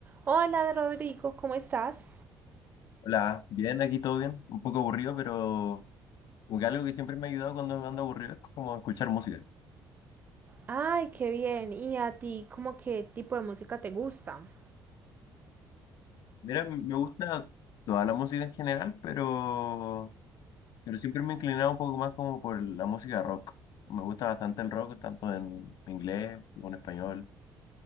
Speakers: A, on the right; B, on the left.
A: Hola Rodrigo, ¿cómo estás?
B: Hola, bien, aquí todo bien, un poco aburrido, pero como que algo que siempre me ha ayudado cuando ando aburrido es como escuchar música.
A: Ay, qué bien. ¿Y a ti, como qué tipo de música te gusta?
B: Mira, m- me gusta toda la música en general, pero, pero siempre me he inclinado un poco más como por la música rock. Me gusta bastante el rock, tanto en inglés como en español.